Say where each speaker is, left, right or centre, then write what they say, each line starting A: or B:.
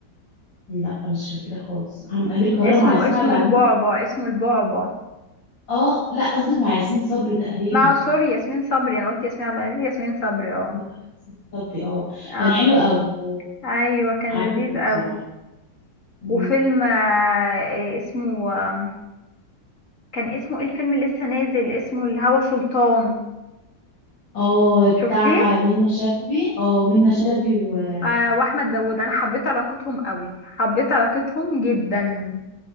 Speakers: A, on the left (about 85°); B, on the left (about 45°).
A: لا مش فاكرة خالص عم امير كرارة
B: اسمه
A: مع ياسمين
B: اسمه
A: عبد العزيز
B: البعبع اسمه البعبع
A: اه لا قصدك مع ياسمين صبري تقريبا
B: مع سوري ياسمين صبري انا قلت ياسمين عبد العزيز ياسمين صبري اه
A: لا، ياسمين صبري اه
B: اه
A: كان حلو قوي اه
B: ايوه كان
A: عجبني
B: لذيذ قوي
A: بصراحة مم.
B: وفيلم آه، إيه اسمه آم، كان اسمه ايه الفيلم اللي لسه نازل اسمه الهوى سلطان
A: اه بتاع
B: شفتيه
A: منة شلبي اه منة شلبي وعارفة
B: آه واحمد داوود انا حبيت علاقتهم قوي حبيت علاقتهم جدا